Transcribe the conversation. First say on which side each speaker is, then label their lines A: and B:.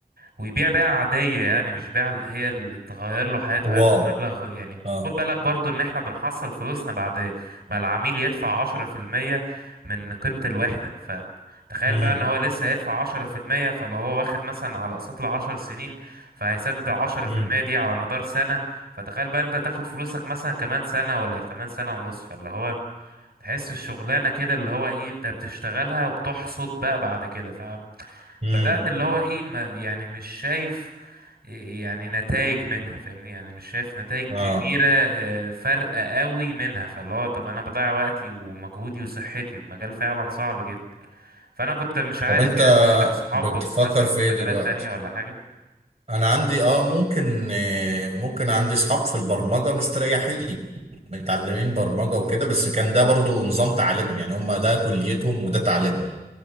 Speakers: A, on the right; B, on the right.
A: ويبيع بيع عادية يعني مش بيع اللي هي اللي تغير له حياته هياخد
B: واو
A: مبلغ يعني
B: اه
A: خد بالك برضو ان احنا بنحصل فلوسنا بعد ما العميل يدفع عشرة في المية من قيمة الوحدة فتخيل
B: مم.
A: بقى ان هو لسه هيدفع عشرة في المية فلو هو واخد مثلا على اقساط لعشر سنين فهيسدد العشرة
B: مم.
A: في المية دي على مدار سنة فتخيل بقى انت تاخد فلوسك مثلا كمان سنة ولا كمان سنة ونص فاللي هو تحس الشغلانة كده اللي هو ايه انت بتشتغلها وبتحصد بقى بعد كده
B: مم.
A: بدأت اللي هو ايه ما يعني مش شايف إيه يعني نتائج منها فاهمني يعني مش شايف نتائج
B: اه
A: كبيرة آه، فارقة قوي منها فاللي هو طب انا بضيع وقتي ومجهودي وصحتي المجال فعلا صعب جدا فانا كنت مش عارف
B: طب أنت
A: يعني عندك صحابك
B: بتفكر
A: مثلا
B: في
A: في
B: إيه
A: مجالات
B: دلوقتي؟
A: تانية ولا حاجة
B: أنا عندي اه ممكن آه، ممكن عندي أصحاب في البرمجة مستريحين متعلمين برمجة وكده بس كان ده برضو نظام تعليمهم يعني هم ده كليتهم وده تعليمهم